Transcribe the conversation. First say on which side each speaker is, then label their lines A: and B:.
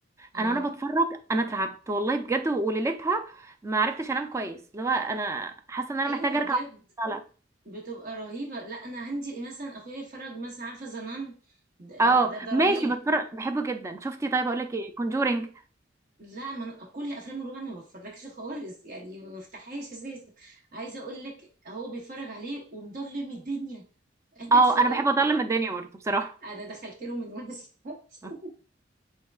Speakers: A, on the right; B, on the right.
A: اه
B: انا وانا بتفرج انا اترعبت والله بجد وليلتها ما عرفتش انام كويس اللي هو انا حاسه ان انا
A: ايوه
B: محتاجه ارجع
A: بجد
B: أطلع.
A: بتبقى رهيبه لا انا عندي مثلا اخويا يتفرج مثلا عارفه زنان ده
B: اه
A: ده ده, ده
B: ماشي
A: رهيب
B: بتفرج بحبه جدا شفتي طيب اقول لك ايه كونجورينج
A: لا ما انا كل افلام الرعب انا ما بتفرجش خالص يعني ما بفتحهاش اساسا عايزه اقول لك هو بيتفرج عليه ومضلم الدنيا <laughs> قاعد
B: اه
A: في اوضته
B: انا بحب اضلم الدنيا برضه بصراحه
A: انا دخلت له من وانا صغيرة
B: <laughs>